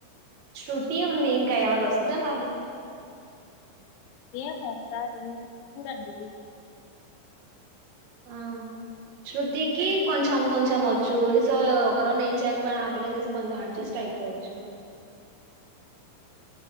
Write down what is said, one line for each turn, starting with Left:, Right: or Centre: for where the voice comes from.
Right: శృతి ఉంది ఇంకా ఎవరు వస్తే వాళ్ళు
Left: ఏమో ఒకసారి చూడండి
Right: ఆ శృతికి కొం కొంచెం కొంచెం ఒచ్చు సో ఒక రోన్ నేను చేయకపోయినా ఆపిల్లా చేసి కొంచెం అడ్జస్ట్ అయిపోవచ్చు